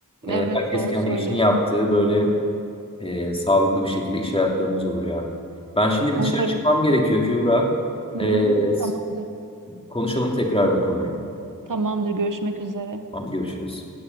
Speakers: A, on the left; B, on the right.
A: E,
B: Evet
A: herkes
B: doğru
A: kendi
B: söylüyorsun.
A: işini yaptığı böyle e, sağlıklı bir şekilde iş hayatlarımız olur ya. Ben şimdi bir
B: Umarım.
A: dışarı çıkmam gerekiyor Kübra. E,
B: Hı hı.
A: s-
B: Tamamdır.
A: konuşalım tekrar bu konuyu.
B: Tamamdır. Görüşmek üzere.
A: Tamam, görüşürüz.